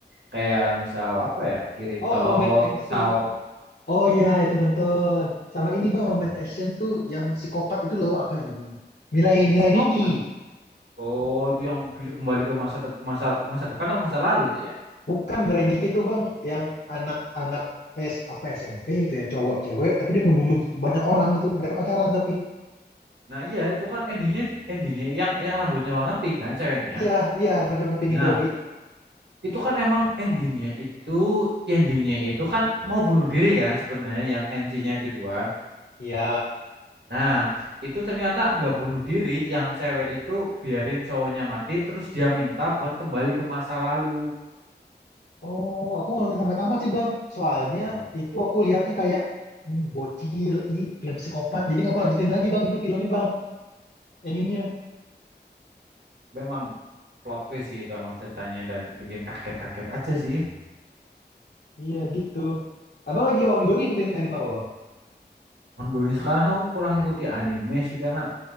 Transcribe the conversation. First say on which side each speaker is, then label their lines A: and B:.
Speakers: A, on the right; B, on the left.
A: Kayak misal apa ya? Kirito,
B: Oh, romance action.
A: Sao,
B: Oh ya, itu nonton. Sama ini bang, romance
A: Sao-
B: action tuh yang psikopat itu loh, apa ya namanya? Mirai Mirai
A: Psikopat.
B: Nikki.
A: Oh, itu yang bisa kembali ke masa dep- masa masa depan atau masa lalu itu ya
B: Bukan
A: hitungannya.
B: Mirai Nikki tuh bang, yang anak-anak S apa SMP itu ya, cowok cewek, tapi dia ngebunuh banyak orang itu. Mereka pacaran tapi.
A: Nah, iya itu kan endingnya endingnya yang yang rambutnya warna pink kan ceweknya.
B: Iya, iya, pacaran ngaping
A: Nah,
B: itu. Iya.
A: itu kan emang endingnya itu endingnya itu kan mau bunuh diri kan sebenarnya yang MC-nya itu dua.
B: Iya.
A: Nah, itu ternyata nggak bunuh diri, yang cewek itu biarin cowoknya mati, terus dia minta buat kembali ke masa lalu.
B: Oh, aku nggak nonton sampai tamat sih bang. Soalnya
A: Oh,
B: itu aku lihatnya kayak ini bocil, ini film psikopat. Jadi nggak aku lanjutin lagi bang, itu filmnya bang, animenya.
A: memang plot twist sih itu emang ceritanya dan bikin kaget-kaget aja sih.
B: Iya gitu. Abang lagi ongoing ngikutin anime apa bang?
A: Ongoing sekarang aku kurang ikuti anime sih karena